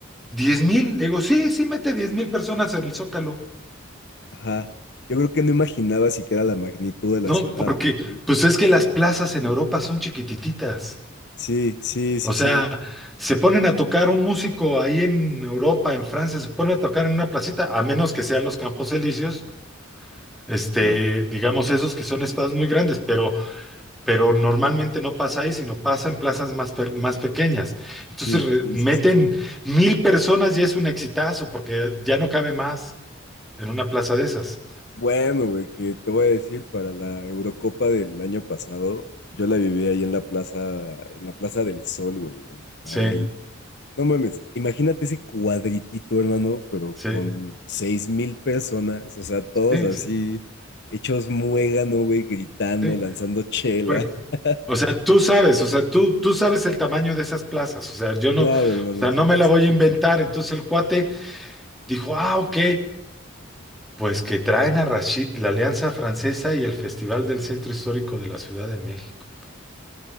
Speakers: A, in the centre; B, on the left.
A: Diez mil? Le digo, sí, sí mete diez mil personas en el Zócalo.
B: ajá. Yo creo que no imaginaba siquiera la magnitud de la
A: No,
B: ciudad,
A: porque
B: ¿no, güey?
A: pues es que las plazas en Europa son chiquititas.
B: Sí, sí, sí,
A: O sea,
B: sí.
A: se ponen a tocar un músico ahí en Europa, en Francia, se ponen a tocar en una placita, a menos que sean los Campos Elíseos, este,
B: Claro.
A: digamos esos que son estados muy grandes, pero, pero normalmente no pasa ahí, sino pasa en plazas más, pe- más pequeñas. Entonces
B: Sí,
A: re-
B: sí,
A: meten
B: sí, sí.
A: mil personas y es un exitazo, porque ya no cabe más en una plaza de esas.
B: Bueno, güey, que te voy a decir, para la Eurocopa del año pasado, yo la viví ahí en la plaza, en la Plaza del Sol, güey, en
A: Sí,
B: Madrid. No mames, imagínate ese cuadritito, hermano, pero
A: sí,
B: con seis mil personas, o sea, todos
A: sí,
B: así,
A: sí,
B: hechos muégano, güey, gritando,
A: sí.
B: lanzando chela.
A: Bueno,
B: <laughs>
A: o sea, tú sabes, o sea, tú, tú sabes el tamaño de esas plazas, o sea, yo no,
B: Claro, hermano,
A: o sea, no
B: son
A: me
B: cositas.
A: la voy a inventar. Entonces el cuate dijo, ah, ok, pues que traen a Rashid, la Alianza Francesa y el Festival del Centro Histórico de la Ciudad de México.